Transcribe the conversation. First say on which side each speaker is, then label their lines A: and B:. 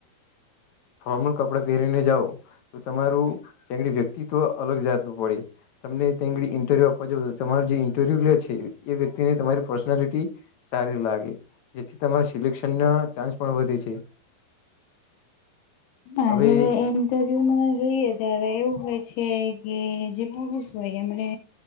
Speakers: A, on the left; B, on the left.
A: ફોર્મલ કપડાં પહેરીને જાાવ તો તમારુંડી વ્યક્તિત્વ અલગ જાતનું પડે તમને તં આળી ઇન્ટરવ્યુ આપવા જવ તમા જે ઇન્ટરવ્યુ લે છે એ વ્યક્તિને તમારી પર્સનાલિટી સારી લાગે જેથી તમારા સિલેક્શન ના ચાન્સ પણ વધે છે
B: ના
A: હવે
B: જયારે ઇન્ટરવ્યુમાં જોઈએ ત્યારે એવું હોય છે કે જે બસ હોય એમણે